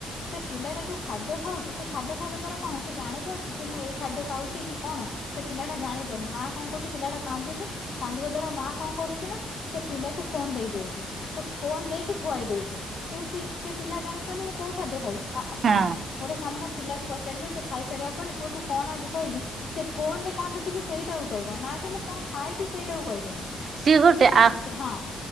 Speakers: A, on the left; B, on the right.
A: ସେ ପିଲାଟା ଯୋଉ ଖାଦ୍ୟ ଖାଉଛି ସେ ଖାଦ୍ୟ ଖାଇବା ଦ୍ଵାରା କଣ ସେ ଜାଣି ପାରୁଛି ମୁଁ ଏଇ ଖାଦ୍ୟ ଖାଉଛି କି କଣ? ସେ ପିଲାଟା ଜାଣିପାରୁନି ମା କଣ କରୁଛି ପିଲାଟା କାନ୍ଦୁଛି କାନ୍ଦିବା ଦ୍ଵାରା ମା କଣ କରୁଛି ନା ସେ ପିଲାକୁ ଫୋନ ଦେଇ ଦଉଛି ତ ଫୋନ ଦେଇକି ଖୁଆଇ ଦଉଛି। କିନ୍ତୁ ସେ ସେ ପିଲା ଜାଣି ପାରୁନି ମୁଁ କୋଉ ଖାଦ୍ୟ ଖାଉଛି ଆପଣ
B: ହଁ
A: ଗୋଟେ ସାମ୍ନା ପିଲାକୁ ପଚାରିବେ ସେ ଖାଇସାରିବା ପରେ ପୁଅ ତୁ କଣ ଆଜି ଖାଇନୁ ସେ ଫୋନରେ କଅଣ କିଛି ସେଇଟାକୁ କହିବ ନା କି ମୁଁ କଣ ଖାଇଛି, ସେଇଟାକୁ କହିବନି,
B: ସିଏ
A: ସେ କେବେ
B: ଗୋଟେ
A: ସେଇ
B: ଆ
A: ଜିନିଷ ହଁ